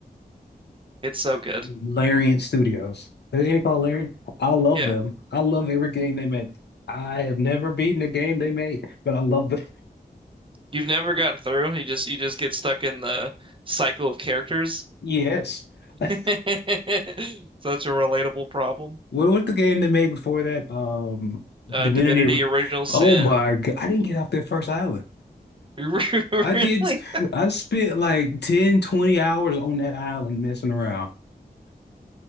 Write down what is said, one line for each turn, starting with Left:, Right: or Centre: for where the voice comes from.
Right: It's so good.
Left: Larian Studios. Is it called Larian? I love
Right: Yeah.
Left: them. I love every game they make. I have never beaten a game they made, but I love them.
Right: You've never gotten through. You just, you just get stuck in the cycle of characters.
Left: <laughs> Yes.
Right: <laughs>
Left: <laughs>
Right: Such a relatable problem.
Left: What was the game they made before that? Um,
Right: Uh,
Left: Divinity.
Right: Divinity
Left: Re-
Right: Original Sin.
Left: Oh my God. I didn't get off that first island.
Right: <laughs>
Left: I did.
Right: Really?
Left: I spent like 10, 20 hours on that island messing around.